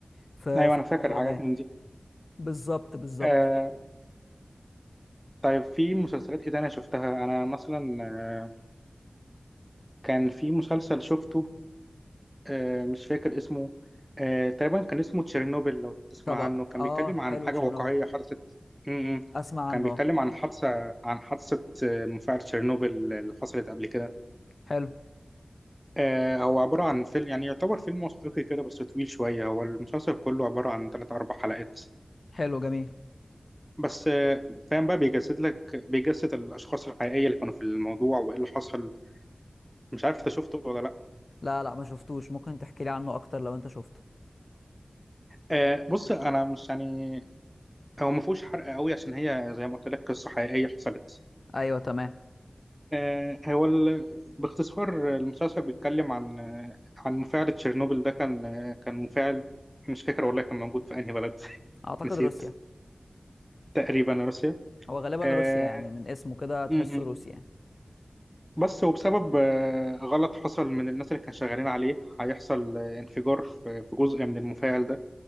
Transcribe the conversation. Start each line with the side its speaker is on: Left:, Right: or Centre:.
Left: في
Centre: ايوه
Left: في
Centre: انا فاكر
Left: الموضوع
Centre: حاجات
Left: ده يعني.
Centre: من دي
Left: بالظبط بالظبط
Centre: آه طيب في مسلسلات ايه تانية شفتها انا مثلا آه كان في مسلسل شفته آه مش فاكر اسمه آه تقريبا كان اسمه تشيرنوبل لو تسمع
Left: طب
Centre: عنه كان
Left: اه
Centre: بيتكلم عن
Left: حلو
Centre: حاجة
Left: تشيرنوبل
Centre: واقعية حدثت م- م.
Left: اسمع
Centre: كان
Left: عنه
Centre: بيتكلم
Left: اه
Centre: عن حادثة عن حادثة آه، مفاعل تشيرنوبل اللي حصلت قبل كده
Left: حلو
Centre: آه هو عبارة عن فيلم يعني يعتبر فيلم وثائقي كده بس طويل شوية هو المسلسل كله عبارة عن تلات أربع حلقات
Left: حلو جميل
Centre: بس آه فاهم بقى بيجسد لك بيجسد الأشخاص الحقيقية اللي كانوا في الموضوع وإيه اللي حصل مش عارف أنت شفته ولا لأ
Left: لا لا ما شفتوش ممكن تحكي لي عنه اكتر لو انت شفته
Centre: آه بص أنا مش يعني هو ما فيهوش حرق قوي عشان هي زي ما قلت لك قصة حقيقية حصلت
Left: ايوه تمام
Centre: آه هو ال... باختصار المسلسل بيتكلم عن آه عن مفاعل تشيرنوبل ده كان آه كان مفاعل مش فاكر والله كان موجود في أنهي بلد <laughs>
Left: اعتقد
Centre: نسيت
Left: روسيا
Centre: تقريبا روسيا
Left: هو غالبا
Centre: آه،
Left: روسيا يعني من اسمه كده تحسه
Centre: م-م.
Left: روسي يعني
Centre: بس وبسبب آه، غلط حصل من الناس اللي كانوا شغالين عليه هيحصل آه، انفجار في في جزء من المفاعل ده